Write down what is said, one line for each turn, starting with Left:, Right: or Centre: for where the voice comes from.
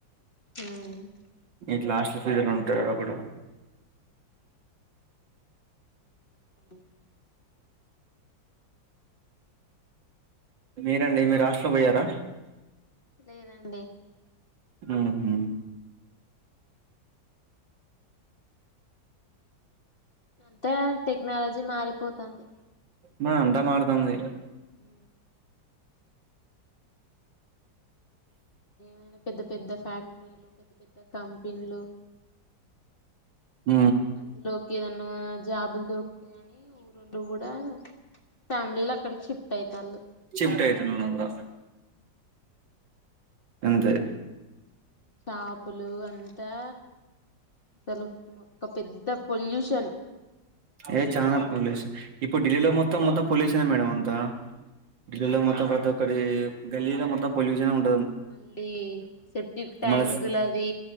Left: మ్
Right: ఇట్లా హాస్టల్ ఫీజలు ఉంటాయి అకడ
Left: <unintelligible>
Right: మీరండి మీరు హాస్టల్ పొయారా
Left: లేదండి
Right: మ్ హూ
Left: అంతే టెక్నాలజీ మారిపోతాంది
Right: మా అంతా మారుతాంది
Left: ఉ ఏమైనా పెద్ద పెద్ద ఫ్యాక్టరీలు పెద్ద పెద్ద కంపెనీలు
Right: హ
Left: అందులోకి ఏదన్నా జాబులు దొరుకుతాయని ఊరోళ్ళు కూడా ఫ్యామిలీలు అక్కడికి షిఫ్ట్ అయితాళ్ళు
Right: చిప్ట్ అయితన్న అంత అంతే
Left: పాపులు అంతా అసలు ఒక పెద్ద పొల్యూష్ చను
Right: ఏ చానా పోలీసు ఇప్పుడు ఢిల్లీలో మొత్ మ మొత్తం పొల్యూషన్ నే మేడమ్ అంత ఢిల్లీలో మొత్తం ప్రతి ఒ ఇక్కడ గల్లీలో మొత్తం పొల్యూషన్ ఉన్న
Left: మళ్ళీ సెప్టిక్ ట్యాంకులు
Right: మన
Left: అది